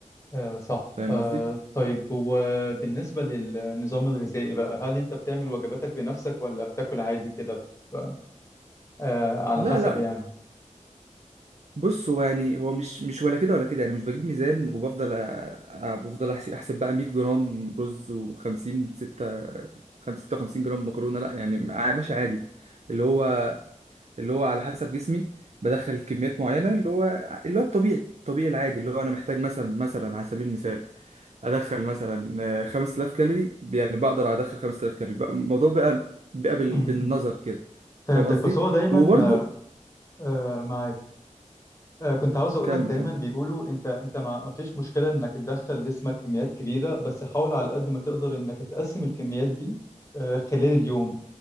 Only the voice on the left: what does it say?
آه صح
آه
طيب وبالنسبة للنظام الغذائي بقى هل انت بتعمل وجباتك بنفسك ولا بتاكل عادي كده آه آه، على
حسب
يعني
م-
م.
فهمتك
بس هو دايما
آه، معاك آه، كنت عاوز اقول
لك دايما
بيقولوا انت انت ما ما فيش مشكله انك تدخل جسمك كميات كبيره بس حاول على قد ما تقدر انك تقسم الكميات دي آه، خلال اليوم